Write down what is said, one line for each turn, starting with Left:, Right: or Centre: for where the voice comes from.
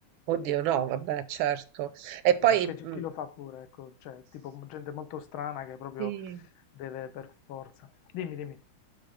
Right: Oddio, no, vabbè, certo. E poi...
Left: Ma Perché c'è
Right: mm,
Left: chi lo fa pure, ecco, cioè, tipo gente molto strana che proprio
Right: Sì.
Left: deve per forza. Dimmi, dimmi.